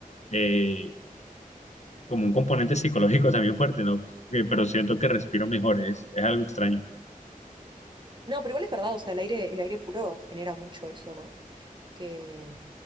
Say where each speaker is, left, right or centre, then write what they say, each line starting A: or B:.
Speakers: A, on the left; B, on the right.
A: eh, como un componente psicológico también fuerte, ¿no? Que- pero siento que respiro mejor, es, es algo extraño.
B: No, pero igual es verdad, o sea, el aire, el aire puro genera mucho eso, ¿no? Que,